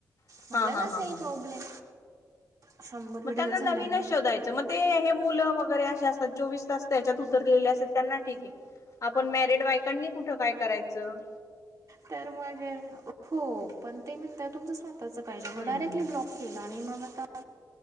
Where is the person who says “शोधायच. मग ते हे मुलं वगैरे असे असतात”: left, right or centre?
Left